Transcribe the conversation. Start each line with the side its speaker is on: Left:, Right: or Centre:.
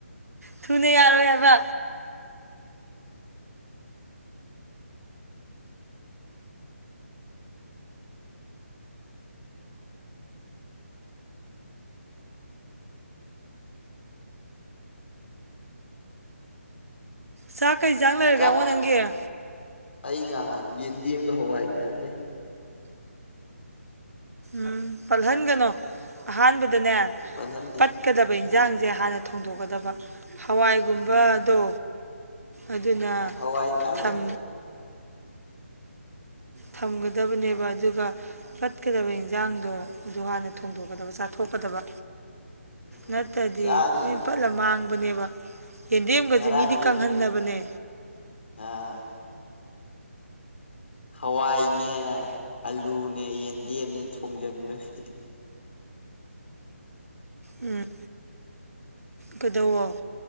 Right: ꯊꯨꯅ ꯌꯥꯔꯣꯏ ꯍꯥꯏꯕ ꯆꯥꯛ ꯀꯩ ꯆꯥꯡ ꯂꯩꯔꯒꯦꯉꯣ
Left: ꯆꯥꯛꯆ
Right: ꯅꯪꯒꯤ
Left: ꯑꯩ ꯉꯍꯥꯟ ꯌꯦꯟꯗꯦꯝꯒ ꯍꯋꯥꯏ ꯃꯌꯥꯝ ꯂꯩ
Right: ꯎꯝ ꯄꯠꯍꯜꯒꯅꯣ ꯑꯍꯥꯟꯕ ꯗꯅꯦ
Left: ꯄꯜꯍꯟꯗꯦ
Right: ꯄꯠꯀꯗꯕ ꯏꯟꯖꯥꯡꯁꯦ
Left: ꯑꯥ
Right: ꯍꯥꯟꯅ ꯊꯣꯡꯗꯣꯛꯀꯗꯕ ꯍꯋꯥꯏꯒꯨꯝꯕꯥꯗꯣ
Left: ꯎꯝ
Right: ꯑꯗꯨꯅ
Left: ꯍꯋꯥꯏ ꯃꯌꯥꯝ
Right: ꯊꯝ
Left: ꯂꯩ
Right: ꯊꯝꯒꯗꯕꯅꯦꯕꯥ ꯑꯗꯨꯒ ꯄꯠꯀꯗꯕ ꯏꯟꯖꯥꯡꯗꯣ ꯑꯗꯨ ꯍꯥꯟꯅ ꯊꯣꯡꯗꯣꯛꯀꯗꯕ ꯆꯥꯊꯣꯛꯀꯗꯕ
Left: ꯎꯝ
Right: ꯅꯠꯇꯗꯤ
Left: ꯆꯥꯔꯤ
Right: ꯂꯣꯏ ꯄꯠꯂ ꯃꯥꯡꯕꯅꯦꯕ ꯌꯦꯟꯗꯦꯝꯒꯁꯦ
Left: ꯉꯔꯥꯡꯒꯤ
Right: ꯃꯤꯗꯤ ꯀꯪꯍꯟꯅꯕꯅꯦ
Left: ꯑꯥ ꯍꯋꯥꯏꯅꯦ ꯑꯂꯨꯅꯦ ꯌꯦꯟꯗꯦꯝꯅꯦ ꯊꯣꯡꯖꯤꯟꯕ <unintelligible>
Right: ꯎꯝ ꯀꯩꯗꯧꯋꯣ